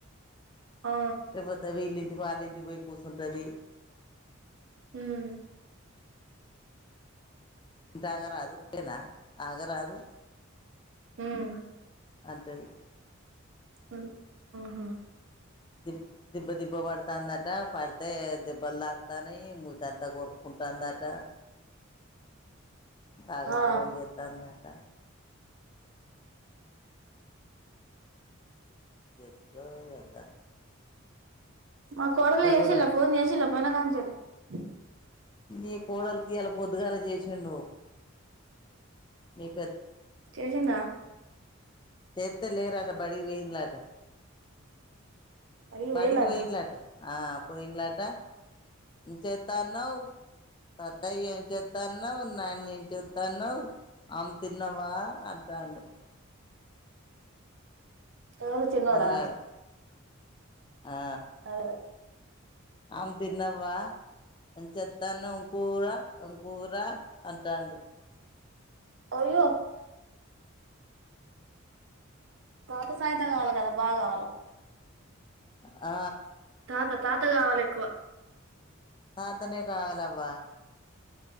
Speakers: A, on the right; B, on the left.
A: ఆ
B: తపోతవ ఇల్లి వాళ్ళింటి పోయి కూసుంటది
A: హుమ్
B: తాగా రాదు పిలా ఆగ రాదు
A: ఉమ్
B: అదన్
A: అ ఆహా
B: ద దిబ్బ దిబ్బ పడుతాందట పడితే దబ్బలు తాకుతాని ము ఎంత కోరుకుంటుందట తాగం
A: ఆ
B: ఆగం జతాందకా ఎంత
A: మా కరలేసా
B: దూరం
A: ఫోన్ అసినా <inaudible>
B: నీ కోడలకి ఇలా పొద్దుగాల చేసిండు మీకు
A: చేసిండ
B: స త్త లే రాత బడికి పోయిందట
A: అడిగి
B: బడికి
A: పోయిలన్న
B: పోయినలాటా ఆ పోయిలాట చె చెస్తాన్నావు తత్తయ్య ఏం చెస్తాన్నావు నాన్న ఏం చెస్తాన్నావు అమ్ము తిన్నావా అంటాడు
A: వెళ త నోడా
B: మనగాడు ఆ
A: అదే
B: ఆమ్ తిన్నవా అ చెత్తానుంకూర అంకూర అంటాండు
A: అయ్యో తాత సాయతంగా అలాగద బాగా వాళ్ళకు
B: ఆ
A: తాత తాత కావాలి ఎక్కువ
B: తాతని కావాలవ్వ